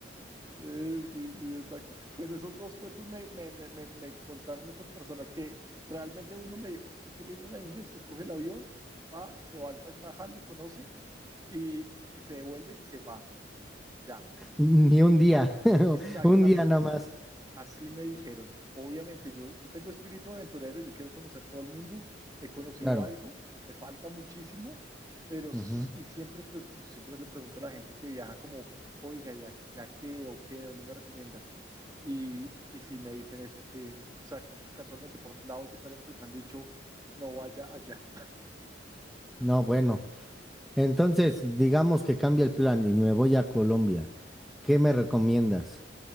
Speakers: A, on the right (about 20°); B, in the centre.
A: Sí, sí, sí, exacto. Pues esos dos cuentos me, me, me, me, me contaron estas personas que realmente uno me dijo, si usted quiere ir a la India, usted coge el avión, va y se va al Taj Mahal, lo conoce y, y se devuelve y se va. Ya,
B: Ni un día. <laughs>
A: exactamente.
B: Un día nada más.
A: Así me dijeron. Obviamente, yo, yo tengo espíritu aventurero, yo quiero conocer todo el mundo, he conocido
B: Claro.
A: algo, me falta muchísimo, pero s-
B: Ujú.
A: y siempre pregunto, siempre le pregunto a la gente que viaja como, oiga, ¿ya, ya qué o qué, dónde me recomienda? Y, y si me dicen eso, que, o sea, ca- casualmente por lados diferentes me han dicho, no vaya allá.
B: No, bueno. Entonces, digamos que cambia el plan y me voy a Colombia. ¿Qué me recomiendas?